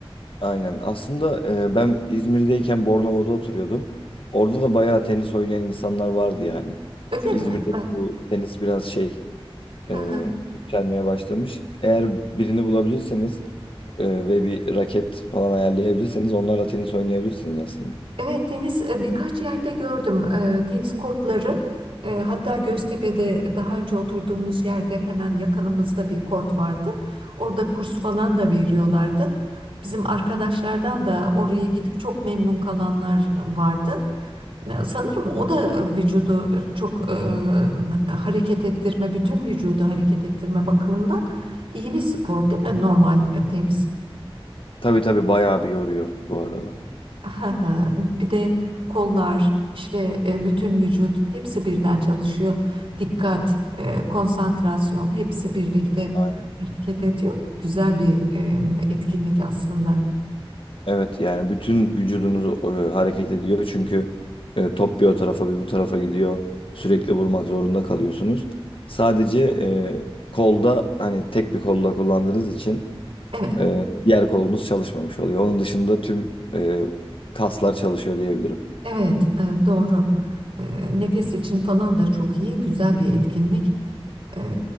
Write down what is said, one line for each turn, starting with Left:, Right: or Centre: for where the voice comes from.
Left: Aynen. Aslında e, ben İzmir'deyken Bornova'da oturuyordum. Orada da bayağı tenis oynayan insanlar vardı yani.
Right: Öyle
Left: İzmir'de
Right: mi? Ha,
Left: de bu tenis biraz şey
Right: ha,
Left: e,
Right: <laughs>
Left: yükselmeye başlamış. Eğer birini bulabilirseniz e, ve bir raket falan ayarlayabilirseniz onlarla tenis oynayabilirsiniz aslında.
Right: Evet tenis e, birkaç yerde gördüm e, tenis kortları. E, hatta Göztepe'de daha önce oturduğumuz yerde hemen yakınımızda bir kort vardı. Orada kurs falan da veriyorlardı. Bizim arkadaşlardan da oraya gidip çok memnun kalanlar vardı. E, Sanırım o da e, vücudu e, çok e, hareket ettirme, bütün vücudu hareket ettirme bakımından iyi bir spor değil mi? Normal e, tenis.
Left: Tabii tabii bayağı bir yoruyor bu arada.
Right: Aha, ha. Bir de kollar, işte e, bütün vücut hepsi birden çalışıyor. Dikkat, e, konsantrasyon hepsi birlikte
Left: Aynen.
Right: hareket ediyor. Güzel bir e, etkinlik aslında.
Left: Evet yani bütün vücudunuz e, hareket ediyor çünkü e, top bir o tarafa bir bu tarafa gidiyor. Sürekli vurmak zorunda kalıyorsunuz. Sadece e, kolda hani tek bir kolla kullandığınız için
Right: Evet,
Left: e, diğer kolunuz çalışmamış oluyor. Onun dışında tüm e, kaslar çalışıyor diyebilirim.
Right: evet e, doğru. E, Nefes için falan da çok iyi, güzel bir etkinlik. E,